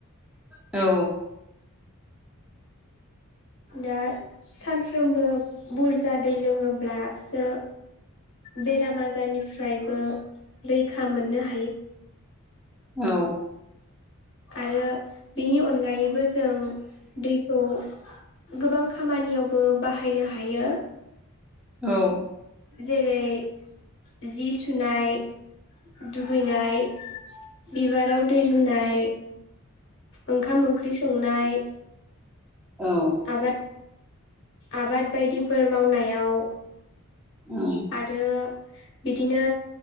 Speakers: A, in the centre; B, on the left.
A: औ
B: दा सानफ्रोमबो बुरजा दै लोङोब्लासो बेराम आजारनिफ्रायबो रैखा मोननो हायो।।
A: औ।
B: आरो बेनि अनगायैबो जों दैखौ गोबां खामानियावबो बाहायनो हायो।
A: औ
B: जेरै जि सुनाय दुगैनाय बिबाराव दै लुनाय ओंखाम ओंख्रि संनाय
A: औ
B: आबाद आबाद बायदिफोर मावनायाव
A: औ।
B: आरो बिदिनो